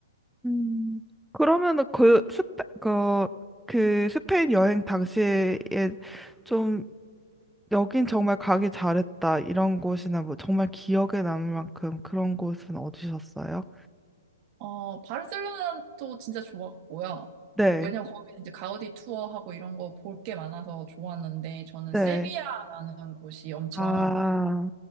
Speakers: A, in the centre; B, on the right (about 40°).
A: 음, 그러면은 그 스페, 그, 그 스페인 여행 당시에 좀 여긴 정말 가기 잘했다 이런 곳이나 뭐 정말 기억에 남을 만큼 그런 곳은 어디셨어요?
B: 어, 바르셀로나도 진짜 좋았고요.
A: 네,
B: 왜냐면 거기는 이제 가우디 투어하고 이런 거 볼 게 많아서 좋았는데 저는
A: 네.
B: 세비야라는 곳이 엄청
A: 아,